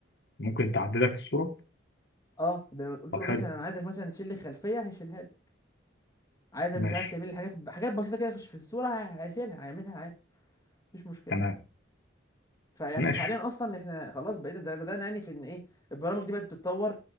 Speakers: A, on the left; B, on the left.
A: ممكن تعدلك الصوره
B: اه ب- قلت
A: طب
B: له
A: حلو
B: مثلا انا عايزك مثلا تشيل لي الخلفيه هيشيلها لي عايزك
A: ماشي
B: مش عارف تعمل لي حاجات حاجات بسيطه كده في في الصوره هي- هيشيلها هيعملها عادي مفيش مشكله
A: تمام
B: فيعني
A: ماشي
B: حاليا اصلا احنا خلاص بقينا ده بدانا يعني في ان ايه البرامج دي بدات تتطور